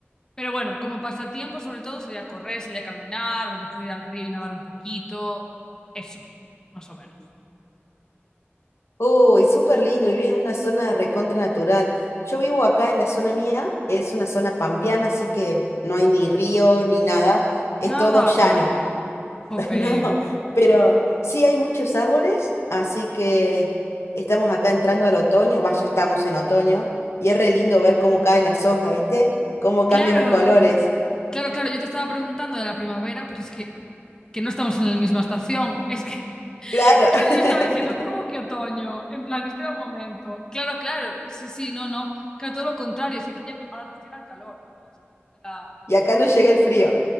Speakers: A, on the left; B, on the left.
A: Pero bueno, como pasatiempo, sobre todo, salir a correr, salir a caminar, a lo mejor ir al río y nadar un poquito. Eso, más o menos.
B: Uy, súper lindo, vivís en una zona recontra natural. Yo vivo acá en la zona mía, es una zona pampeana, así que no hay ni río ni nada, es
A: Nada,
B: todo llano.
A: ay, jope.
B: <laughs> No, pero sí hay muchos árboles, así que estamos acá entrando al otoño, vaya, ya estamos en otoño, y es re lindo ver cómo caen las hojas, ¿viste? Cómo
A: Claro,
B: cambian los colores.
A: Claro, claro, yo te estaba preguntando de la primavera, pero es que, que no estamos en la misma estación. Es que, <laughs>
B: Claro,
A: claro,
B: <laughs>
A: yo estaba diciendo, ¿cómo que otoño? En plan, espera un momento. Claro, claro, sí, sí, no, no. Claro, todo lo contrario, si aquí ya me- ahora nos llega el calor, en plan, de la- del
B: y
A: momento.
B: acá no llega el frío.